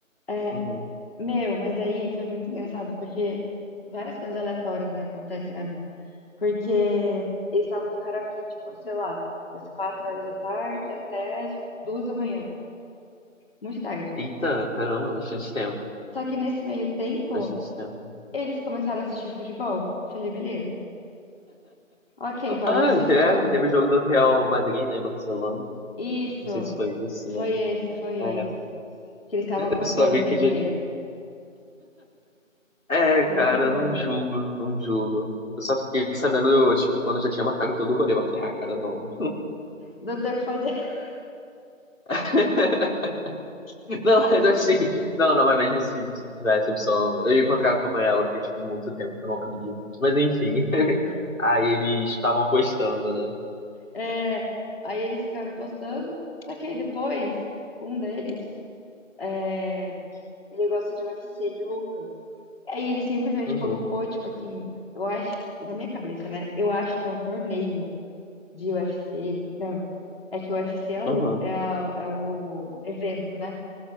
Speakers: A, on the left; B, on the left.
A: É,
B: Uhum.
A: meu, mas aí foi muito engraçado, porque várias coisas aleatórias, né, acontecem na vida. Porque eles tavam- ficaram aqui, tipo, sei lá, das quatro horas da tarde até, tipo, duas da manhã. muito tarde.
B: Eita, caramba, bastante tempo.
A: Só que nesse meio tempo,
B: Bastante tempo.
A: eles começaram a assistir futebol. Falei, beleza. Ok, podem
B: Ah,
A: assistir
B: é,
A: futebol.
B: porque teve o jogo do Real Madrid, né, em Barcelona.
A: Isso,
B: Não sei se foi isso, mas.
A: foi esse, foi
B: É,
A: esse. Que eles estavam apostando
B: eu só vi que
A: dinheiro.
B: já. É, cara,
A: Loucura.
B: não julgo, não julgo. Eu só fiquei sabendo, tipo, quando já tinha marcado todo o rolê. Mas eu falei, ah, cara, não.
A: Não tem o que fazer. <laughs>
B: <laughs> Não, mas assim. Não, não, mas mesmo se, se tivesse opção, eu ia encontrar com ela, porque, tipo, muito tempo que eu não a via. Mas enfim. <laughs> Aí eles estavam apostando, né?
A: É, aí eles ficaram apostando. Só que aí depois, um deles, é, ele gosta de UFC, de louca Aí ele simplesmente
B: Uhum,
A: colocou, tipo assim, eu acho, na minha cabeça, né? Eu acho que é um torneio de UFC. Não, é que o UFC é a
B: uhum.
A: luta, é, a- é o evento, né?